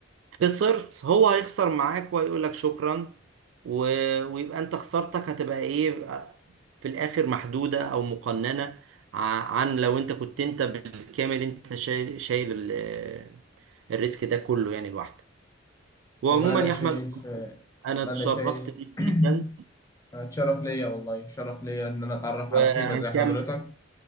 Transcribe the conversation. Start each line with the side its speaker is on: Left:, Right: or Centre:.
Right: خسرت هو هيخسر معاك وهيقولك شكرا و... ويبقى انت خسارتك هتبقى ايه آه، في الاخر محدودة او مقننة ع- عن لو انت كنت انت بالكامل انت شايل, شايل ال- الريسك ده كله يعني لوحدك وعموما
Left: والله أنا
Right: يا
Left: شايف
Right: احمد انا اتشرفت
Left: أنا شايف
Right: بيك جدا
Left: <clears throat> شرف ليا والله شرف ليا إن أنا أتعرف
Right: وهنكمل
Left: على قيمة زي حضرتك